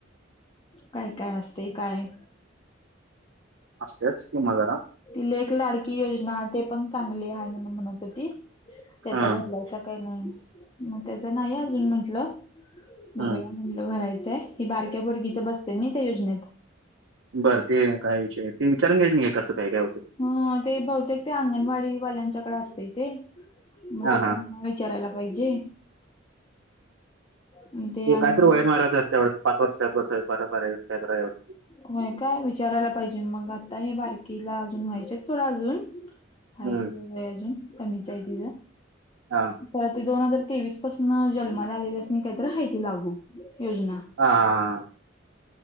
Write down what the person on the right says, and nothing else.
असतेच कि म जरा
हा
हा
बरं ते काय विषय ते विचारून घ्याय नाही का कसं काय हो
हा
हा
ते
काहीतर वय मारा असत्या वाटत पाच वर्ष बा बारा वर्ष वाटतं ते
हम्म
हा
हा हा